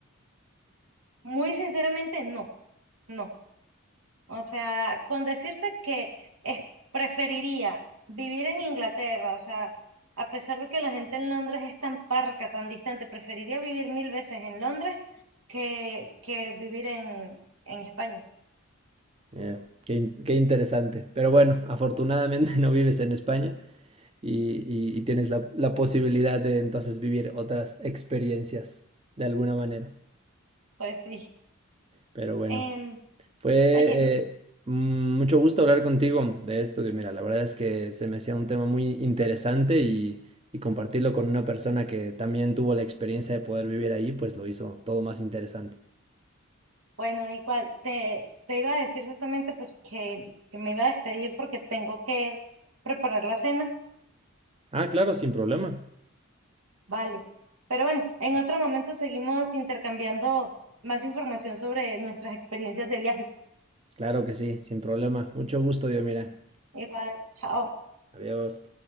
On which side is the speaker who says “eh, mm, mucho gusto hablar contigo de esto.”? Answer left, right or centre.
Right